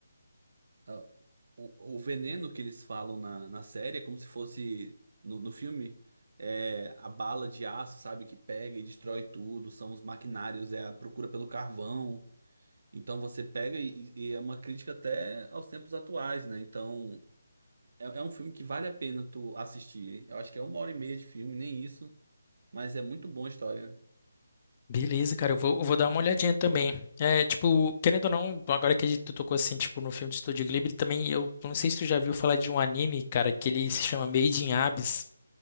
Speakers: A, on the right; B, on the left.
A: ah, o, o veneno que eles falam na, na série é como se fosse no, no filme é a bala de aço, sabe, que pega e destrói tudo, são os maquinários, é a procura pelo carvão. Então você pega e, e é uma crítica até aos tempos atuais, né? Então é, é um filme que vale a pena tu assistir. Eu acho que é uma hora e meia de filme, nem isso, mas é muito boa a história.
B: Beleza, cara, eu vou, eu vou dar uma olhadinha também. É, tipo, querendo ou não, agora que a gente tocou assim, tipo, no filme de Estúdio Ghibli, também eu não sei se tu já viu falar de um anime, cara, que ele se chama Made in Abyss.